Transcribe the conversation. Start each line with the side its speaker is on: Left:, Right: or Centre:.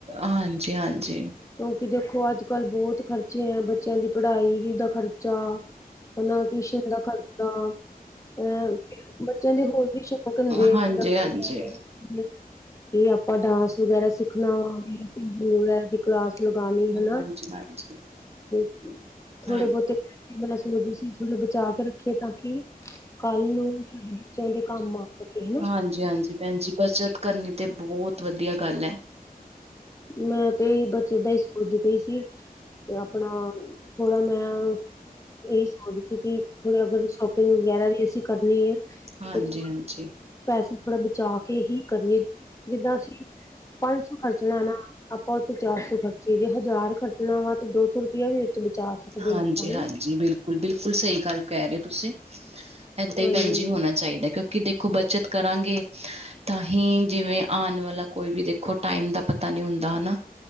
Right: ਹਾਂਜੀ-ਹਾਂਜੀ।
Left: ਕਿਓਂਕਿ ਦੇਖੋ ਅੱਜ-ਕੱਲ ਬੋਤ ਖਰਚੇ ਐ ਬੱਚੇਆਂ ਦੀ ਪੜਾਈ ਦਾ ਖਰਚਾ ਹਨਾਂ ਟਿਊਸ਼ਨ ਦਾ ਖਰਚਾ ਐਂ ਫਿਰ ਬੱਚੇਆਂ ਦੇ ਹੋਰ ਵੀ ਸ਼ੌਂਕ ਹੁੰਦੇ
Right: ਹਾਂਜੀ
Left: ਐ <unintelligible>
Right: ਹਾਂਜੀ ਹਾਂਜੀ
Left: ਕੀ ਆਪਾਂ ਡਾਂਸ ਵਗੈਰਾ ਸਿੱਖਨਾ ਵੀ ਲੋੜ ਐ ਕਲਾਸ ਲਗਾਨੀ ਹਨਾ
Right: ਹਾਂਜੀ
Left: ਤੇ ਥੋੜੇ-ਬੋਤੇ
Right: ਹਾਂ
Left: ਮੈਂ ਏਂ ਸੋਚਦੀ ਸੀ ਥੋੜੇ ਬਚਾ ਕੇ ਰੱਖੇ ਤਾਂ ਕਿ ਕੱਲ ਨੂੰ ਸਾਡੇ ਬੱਚੇਆਂ ਦੇ ਕੰਮ ਆ ਸਕੇ ਹਨਾ
Right: ਹਾਂਜੀ-ਹਾਂਜੀ ਭੈਨ ਜੀ ਬੱਚਤ ਕਰਨੀ ਤੇ ਬੋਤ ਵਦੀਆ ਗੱਲ ਐ।
Left: ਮੈਂ ਤੇ ਏਈ ਬੱਚਤ ਦਾ ਈ ਸੋਚਦੀ ਪਈ ਸੀ। ਤੇ ਆਪਣਾ ਥੋੜਾ ਮੈਂ ਏਹੀ ਸੋਚਦੇ ਸੀ ਕਿ ਥੋੜੇ ਅਗਰ ਸ਼ੋਪਿੰਗ ਵਗੈਰਾ ਵੀ ਅਸੀਂ ਕਰਨੀ ਐ
Right: ਹਾਂਜੀ
Left: ਤੇ
Right: ਹਾਂਜੀ।
Left: ਪੈਸੇ ਥੋੜਾ ਬਚਾ ਕੇ ਹੀ ਕਰੀਏ ਜਿੱਦਾਂ ਅਸੀਂ ਪੰਜ ਸੌ ਖਰਚ ਖਰਚਣਾ ਨਾ ਆਪਾਂ ਉੱਥੇ ਚਾਰ ਸੌ ਖਰਚੀ ਏ ਜੇ ਹਜ਼ਾਰ ਖਰਚ ਣਾ ਵਾ ਤੇ ਦੋ ਸੌ ਰੁਪਇਆ ਵੀ ਉਚ ਬਚਾ ਸਕਦੇ
Right: ਹਾਂਜੀ
Left: ਆ ਆਪਾਂ ਹਨਾ।
Right: ਹਾਂਜੀ ਬਿਲਕੁਲ, ਬਿਲਕੁਲ ਸਹੀ ਗੱਲ ਕਹਿ ਰਹੇ ਓ ਤੁਸੀਂ ਏਦਾਂ
Left: ਹਾਂਜੀ
Right: ਹੀ ਭੈਣ ਜੀ ਹੋਣਾ
Left: ਹਾਂਜੀ
Right: ਚਾਹੀਦਾ ਕਿਉਂਕਿ ਦੇ ਦੇਖੋ ਬੱਚਤ ਕਰਾਂਗੇ। ਤਾਂ ਹੀ ਜਿਵੇਂ ਆਣ ਵਾਲਾ ਕੋਈ ਵੀ ਦੇਖੋ ਟਾਈਮ ਦਾ ਪਤਾ ਨੀ ਹੁੰਦਾ ਹਨਾ